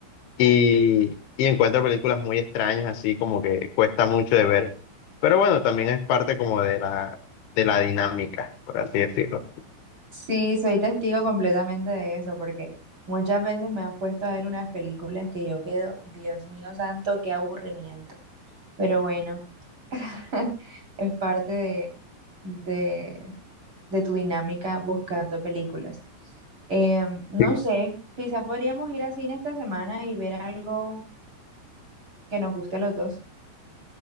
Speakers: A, on the left; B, on the right.
A: y, y encuentro películas muy extrañas, así como que cuesta mucho de ver. Pero bueno, también es parte como de la, de la dinámica, por así decirlo.
B: Sí, soy testigo completamente de eso, porque muchas veces me han puesto a ver unas películas que yo quedo, Dios mío santo, qué aburrimiento. Pero bueno. <laughs> Es parte de, de, de tu dinámica buscando películas. Em, no
A: Sí.
B: sé, quizás podríamos ir a cine esta semana y ver algo que nos guste a los dos.